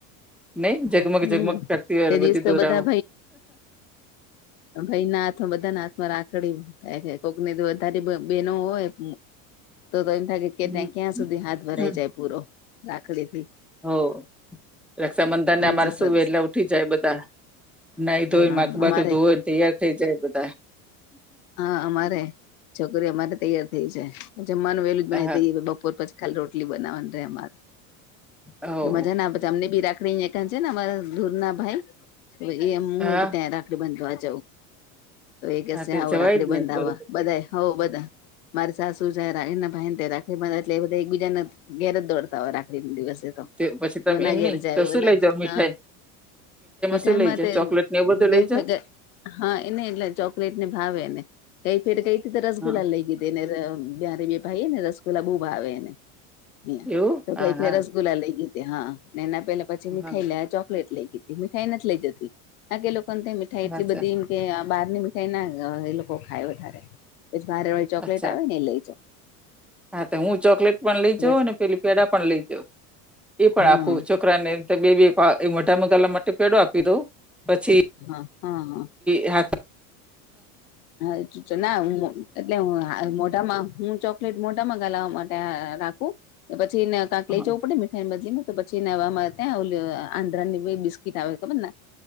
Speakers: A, in the centre; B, on the left.
A: નઈ જગમગ
B: હમ
A: જગમગ કરતી હોય
B: તે
A: બધી
B: દિવસ તો
A: દોરાવ
B: બધા ભાઈ ના હાથમાં બધા ના હાથમાં રાખ ખડી થાય છે કોકની તો વધારે બેહેનો હોય તો તો એમ થાય કે કે
A: હમ,
B: ત્યા ક્યાં સુધી હાથ ભરાઈ
A: હમ.
B: જાય પૂરો રાખડી થી
A: હો રક્ષાબંધન ને અમારે
B: જ સરસ
A: શું વેલા ઉઠી જાય બધા નાઈ ધોય
B: હા
A: માથું
B: અમારે
A: બાથું ધોને તૈયાર થઈ જાય બ
B: હા અમારે છોકરીઓમાતો તૈયાર થઈ જાય જમવાનું વેલું <unintelligible>
A: હા,
B: દઈએ બપોર પછી ખાલી રોટલી બનાવાની રે અમારે
A: હો.
B: મજા ના પછી અમને બી રાખ રાખડી છે ને અમારા દૂરના ભાઈ એ હું
A: હા,
B: ત્યાં રાખડી બાંધ જઉ તો એ કેશે
A: હા તે
B: આવો
A: જવાય
B: રાખડી
A: જ
B: બંધાવા
A: ને બરોબર
B: બધા હોઉ બધા મારી સાસુ છે ભાઈ તે રાખ એટલે એ બધા એકબીજાને ઘેર જ દોડતા હોય રાખડીના દિવસે તો
A: તે પછી તમે
B: એના
A: એમ
B: ઘેરજાઓ
A: નહી તો શું
B: એના
A: લઈ જાવ મીઠાઈ?
B: હા મીઠાઈમાં
A: શું લઈ જાવ
B: તે
A: ચોકલેટ ને એવું
B: <unintelligible>
A: બધું લઈ જાવ?
B: હા એને એટલે ચોકલેટ ને ભાવે એને કઈ કઈથીતે રસગુલ્લા
A: હા
B: લઈ દી તેને તો એમ જ્યારે બી ભાઈ ને રસગુલ્લા બો ભાવે એને
A: એવું
B: તો
A: હા
B: કઈક
A: હા.
B: રસ ગુલ્લા લઈ લીધી હા ને એના પેલા પછી મીઠાઈ
A: હા
B: લા ચોકલેટ લઈ લી મીઠાઈ નથી લઈ જતી આગે લોકોને મીઠાઈ એટલી
A: અચ્છા
B: બધી કે બહાર ની ભીઠાઈ ના એ લોકો ખાય વધારે ભારે વાળી ચોકલેટ
A: અચ્છા
B: આવે ને એ લઈ જા
A: હા તો હું ચોકલેટ પણ લઈ જાઉ
B: હા
A: પેલી પેડા પણ લઈ જાઉ એ પણ
B: હા
A: આખુ ચો કરા ને એમ બે બે મોટા મોગાલા માટે પેડો આપી દઉ પછી
B: હા હા
A: હા
B: હા ના એટલે મોટામાં હું ચોકલેટ મોટામાં ગલાવવા માટે રાખું પછીને કાંક
A: હા
B: લઈ જવું પડે બદલીમાં તો પછી નવામાં ત્યાં આવ આંધ્રા ની બિસ્કીટ આવે ખબરને